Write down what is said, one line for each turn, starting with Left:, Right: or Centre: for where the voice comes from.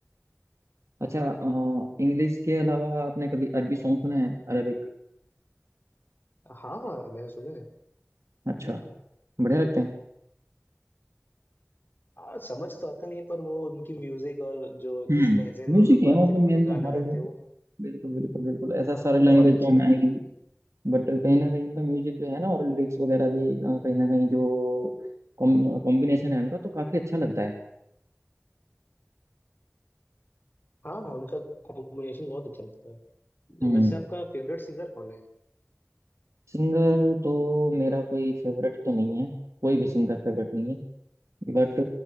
Right: अच्छा इंग्लिश के अलावा आपने कभी अरबी सॉन्ग सुने हैं अरबिक
Left: हाँ हाँ मैंने सुना है
Right: अच्छा बढ़िया लगते हैं
Left: हाँ समझ तो आता नहीं है, पर वो उनकी म्यूजिक और जो
Right: हम्म
Left: जिस लहजे में
Right: म्यूजिक
Left: वो लोग
Right: है
Left: बात
Right: मतलब
Left: मतलब
Right: मेन
Left: गाना
Right: तो हमारे
Left: गाते
Right: लिए
Left: हैं वो
Right: बिल्कुल बिल्कुल बिल्कुल ऐसा
Left: हाँ
Right: सारे
Left: वो
Right: लैंग्वेज
Left: बहुत अच्छी
Right: तो हमें
Left: लगती
Right: आएंगे
Left: है
Right: नहीं बट कहीं ना कहीं उनका म्यूजिक जो है ना और लिरिक्स वगैरह भी अ, कहीं ना कहीं जो कॉम्बिनेशन है उनका तो काफी अच्छा लगता है
Left: हाँ हाँ उनका कॉम्बिनेशन बहुत अच्छा लगता है
Right: हम्म
Left: वैसे आपका फेवरेट सिंगर कौन है
Right: सिंगर तो मेरा कोई फेवरेट तो नहीं है कोई भी सिंगर फेवरेट नहीं है बट